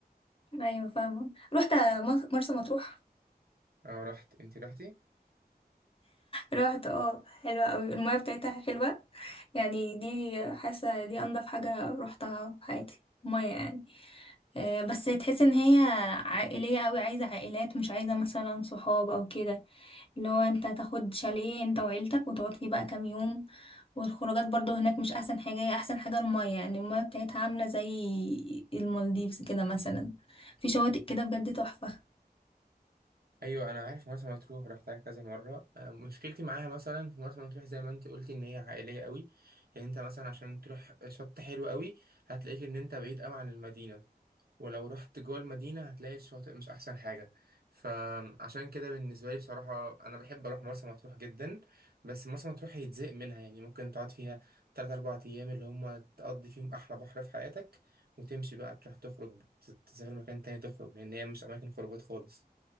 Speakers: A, on the left; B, on the right.
A: أيوة فاهمة رحت مص- مرسى مطروح
B: اه رحت انت رحتي
A: رحت اه حلوة قوي المية بتاعتها حلوة يعني دي حاسة دي انضف حاجة روحتها في حياتي مية يعني آه، بس تحس ان هي عائلية قوي عايزة عائلات مش عايزة مثلا صحاب او كده اللي هو انت تاخد شاليه انت وعيلتك وتقعد فيه بقى كام يوم والخروجات برضو هناك مش احسن حاجة هي احسن حاجة المية يعني المية بتاعتها عاملة زي المالديفز كده مثلا في شواطئ كده بجد تحفة
B: ايوه انا عارف مرسى مطروح رحتها كذا مره أه، مشكلتي معاها مثلا في مرسى مطروح زي ما انت قلتي ان هي عائليه قوي يعني انت مثلا عشان تروح شط حلو قوي هتلاقيك ان انت بعيد قوي عن المدينه ولو رحت جوه المدينه هتلاقي الشاطئ مش احسن حاجه فعشان كده بالنسبه لي بصراحه انا بحب اروح مرسى مطروح جدا بس مرسى مطروح هيتزهق منها يعني ممكن تقعد فيها 3 4 ايام اللي هم تقضي فيهم احلى بحر في حياتك وتمشي بقى تروح تخرج تسافر مكان تاني تخرج لان هي مش اماكن خروجات خالص